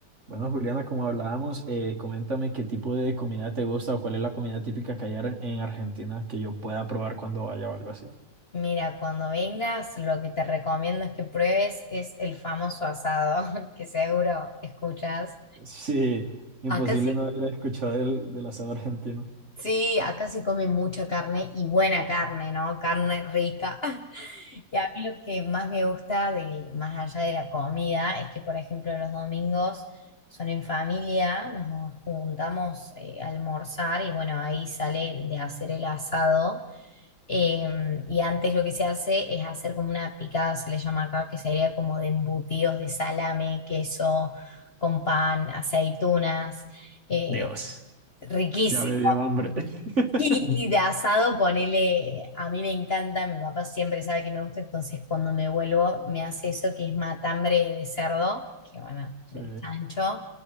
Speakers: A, on the right (about 40°); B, on the left (about 40°).
A: Bueno, Juliana, como hablábamos, eh, coméntame qué tipo de comida te gusta o cuál es la comida típica que hay ar- en Argentina que yo pueda probar cuando vaya o algo así.
B: Mira, cuando vengas, lo que te recomiendo es que pruebes es el famoso asado, <laughs> que seguro escuchas.
A: Sí, imposible
B: Acá sí,
A: no haber escuchado del, del asado argentino.
B: sí, acá se come mucha carne y buena carne, ¿no? Carne rica. <laughs> Y a mí lo que más me gusta de, más allá de la comida es que, por ejemplo, los domingos son en familia, nos juntamos eh, a almorzar y bueno, ahí sale de hacer el asado. Eh, y antes lo que se hace es hacer como una picada, se le llama acá, que sería como de embutidos de salame, queso, con pan, aceitunas, eh,
A: Dios,
B: riquísimo.
A: ya me dio hambre. <laughs>
B: Y, y de asado, ponele, a mí me encanta, mi papá siempre sabe que me gusta, entonces cuando me vuelvo me hace eso que es matambre de cerdo, que bueno,
A: Sí.
B: del chancho.